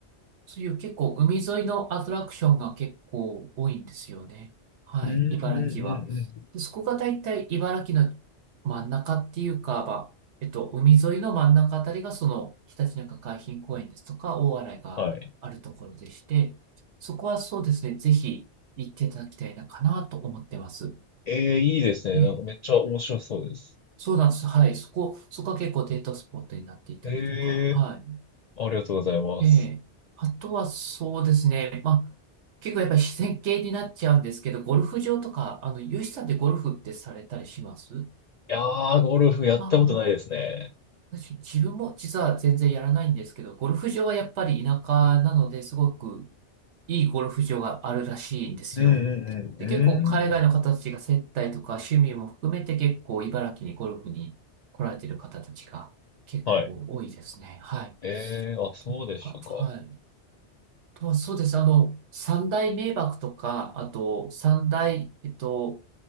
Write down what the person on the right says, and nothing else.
そういう結構海沿いのアトラクションが結構多いんですよね。はい、
茨城は。
で、そこがだいたい茨城の真ん中っていうか、まあ、えっと、海沿いの真ん中あたりがそのひたちなか海浜公園ですとか大洗があるところでして、
そこはそうですね、ぜひ行っていただきたいなかなと思ってます。
ね、
そうなんです。はい、そこ、そこは結構デートスポットになっていたりとか、
はい。
ええ。あとはそうですね。まあ、結構やっぱり自然系になっちゃうんですけど、ゴルフ場とか、あの、ユシさんでゴルフってされたりします
ああ、私自分も実は全然やらないんですけど、ゴルフ場はやっぱり田舎なのですごくいいゴルフ場があるらしいんですよ。
で、結構海外の方たちが接待とか趣味も含めて結構茨城にゴルフに来られてる方たちが結構多いですね。
はい。
そうか、はい。とはそうです。あの、三大名瀑とか、あと三大、えっと、